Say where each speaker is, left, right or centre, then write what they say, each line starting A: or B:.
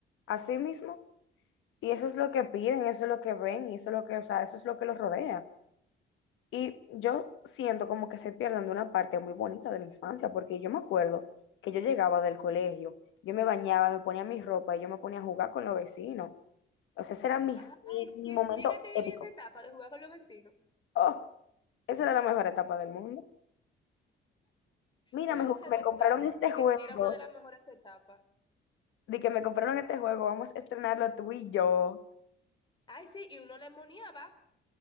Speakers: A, on the left; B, on the left.
A: así mismo. Y eso es lo que piden, eso es lo que ven, y eso es lo que, o sea, eso es lo que los rodea. Y yo siento como que se pierden de una parte muy bonita de la infancia, porque yo me acuerdo que yo llegaba del colegio, yo me bañaba, me ponía mi ropa y yo me ponía a jugar con los vecinos. O sea, ese era mi,
B: Ay,
A: mi, mi
B: si
A: momento
B: tú llegaste a
A: épico.
B: vivir esa etapa de jugar con los vecinos,
A: Oh, esa era la mejor etapa del mundo. Mira,
B: me da
A: me,
B: mucha
A: ju- me
B: nostalgia,
A: compraron este
B: porque
A: juego,
B: sí era una de las mejores etapas.
A: de que me compraron este juego, vamos a estrenarlo tú y yo.
B: Ay, sí, y uno le moniaba.